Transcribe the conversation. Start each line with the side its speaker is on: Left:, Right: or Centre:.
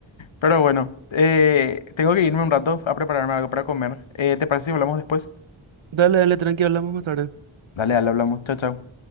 Left: Pero bueno, eh, tengo que irme un rato a prepararme algo para comer. Eh, ¿te parece si hablamos después?
Right: Dale, dale, tranqui, hablamos más tarde.
Left: Dale, dale, hablamos. Chao, chao.